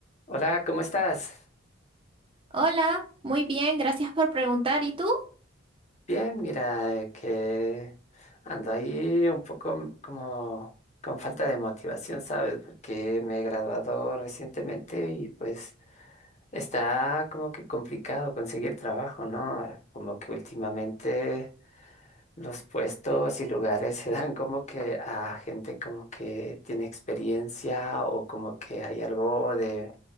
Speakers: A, on the left; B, on the right.
A: Hola, ¿cómo estás?
B: Hola, muy bien, gracias por preguntar. ¿Y tú?
A: Bien, mira, eh, que ando ahí un poco como con falta de motivación, ¿sabes? Porque me he graduado recientemente y pues está como que complicado conseguir trabajo, ¿no? Eh, Como que últimamente los puestos y lugares <laughs> se dan como que a gente como que tiene experiencia o como que hay algo de